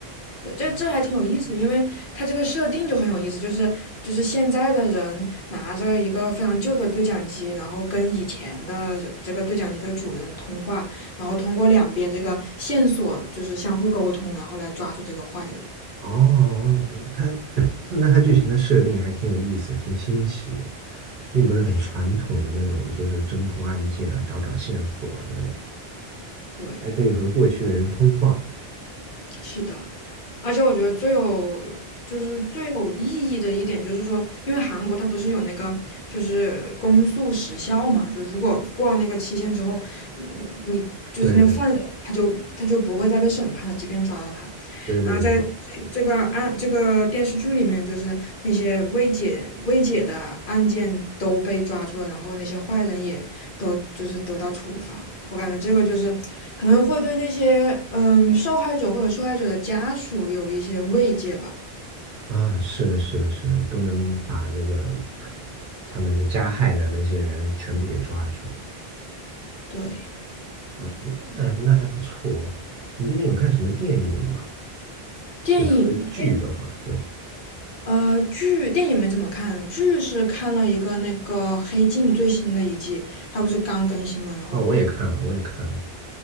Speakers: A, on the left (about 55°); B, on the right (about 55°).
A: 对，这这还挺有意思的，因为它这个设定就很有意思，就是就是现在的人拿着一个非常旧的对讲机，然后跟以前的这这个对讲机的主人通话，然后通过两边这个线索就是相互沟通，然后来抓住这个坏人。
B: 哦哦，哦它 <clears throat> 那它剧情的设定还挺有意思的挺新奇的，并不是很传统的那种，
A: 对
B: 就是侦破案件啊，找找线索啊那种。
A: 对，
B: 还可以和过去的人通话。
A: 是的。而且我觉得最有就是最有意义的一点就是说，因为韩国它不是有那个就是公诉时效嘛，就如果过了那个期限之后，嗯，你就是那犯人他就他就不会再被审判了，
B: 对的，
A: 即便抓到他。
B: 对对对，
A: 然后在这个案这个电视剧里面，就是那些未解未解的案件都被抓住了，然后那些坏人也都就是得到处罚。我感觉这个就是可能会对那些嗯受害者或者受害者的家属有一些慰藉吧。
B: 啊，是的，是的，是的，都能把那个他们的加害的那些人全部给抓住。
A: 对，
B: 啊，那那那还不错。你最近有看什么电影吗？
A: 电影
B: 就除了剧的话，对，
A: 呃剧电影没怎么看，剧是看了一个那个《黑镜》最新的一季，它不是刚更新嘛，然后
B: 啊、我也看了，我也看了，